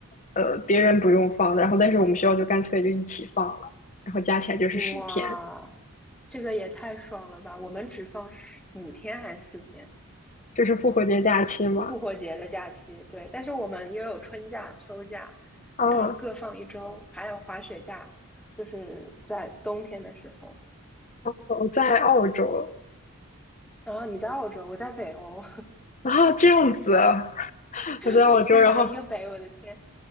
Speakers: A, on the left (about 35°); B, in the centre.
A: 呃别人不用放的，然后但是我们学校就干脆就一起放了，然后加起来就是十天，
B: 哇，这个也太爽了吧！我们只放十五天还是四天？
A: 这是复活节假期嘛。
B: 复活节的假期，对，但是我们又有春假、秋假，
A: 啊，哦，
B: 然后各放一周，还有滑雪假，就是在冬天的时候。
A: 我在澳洲
B: 然后你在澳洲，我在北欧，
A: 啊，这样子啊 <laughs>
B: <laughs>
A: 我在澳洲，
B: 我一个南一个北，
A: 然后
B: 我的天！